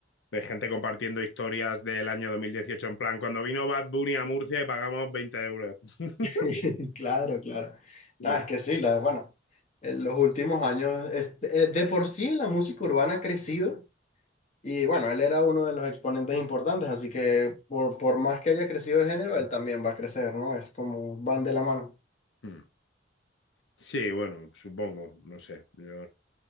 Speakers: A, on the left (about 85°); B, on the left (about 40°).
A: De gente compartiendo historias del año 2018 en plan, cuando vino Bad Bunny a Murcia y pagamos veinte euros. <laughs>
B: <laughs> Claro, claro.
A: Sí,
B: No, es que sí, la, bueno, en los últimos años, es eh, de por sí la música urbana ha crecido y bueno, él era uno de los exponentes importantes, así que por, por más que haya crecido el género, él también va a crecer, ¿no? Es como van de la mano.
A: Mm. Sí, bueno, supongo, no sé. Yo